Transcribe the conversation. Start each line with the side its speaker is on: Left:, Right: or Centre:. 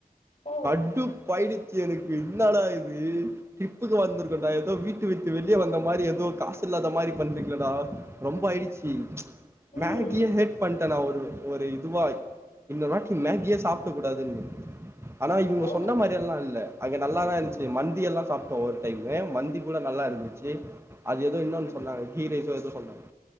Left: ஓ
Right: கடுப்பாயிடுச்சு எனக்கு ன்னடா இது ட்ரிப்புக்கு வந்திருக்கோன்டா ஏதோ வீட்ட வீட்டு வெளியே வந்த மாரி ஏதோ காசு இல்லாத மாரி பண்ரிங்கலடா ரொம்ப ஆயிடுச்சு
Left: ம்
Right: மேகியே ஹெட் பண்ணிட்டே நான் ஒரு ஒரு இதுவா இந்த வாட்டி மேகியே சாப்ட கூடாதுனு ஆனா இவங்க
Left: ஓ
Right: சொன்ன மாரிய எல்லா இல்ல அங்கே நல்லாதா இருந்துச்சு மந்தி எல்லா சாப்ட்டோ ஒரு டைமு மந்தி கூட நல்லா இருந்துச்சு அது எதோ இன்னொன்னு சொன்னாங்க கீ ரைஸோ ஏதோ சொன்னாங்க